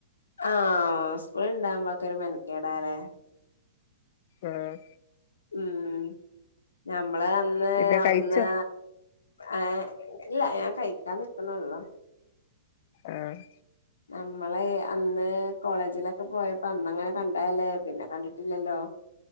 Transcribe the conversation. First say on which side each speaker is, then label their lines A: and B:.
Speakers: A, on the left; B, on the left.
A: ആഹ് ഉസ്കൂള്ണ്ടാവാമ്പോക്കെ ഒരു മെനക്കേടാല്ലെ
B: ആഹ്
A: ഉം ഞമ്മള് അന്ന്
B: പിന്നെ
A: അവിടുന്ന്
B: കഴിച്ചോ
A: ആഹ് ഇല്ല ഞാൻ കഴിക്കാൻ നിൽക്കണള്ളു.
B: ആഹ്
A: നമ്മളെയ് അന്ന് കോളേജിലൊക്കെ പോയപ്പോ അന്നങ്ങനെ കണ്ടതല്ലേ പിന്നെ കണ്ടിട്ടില്ലല്ലോ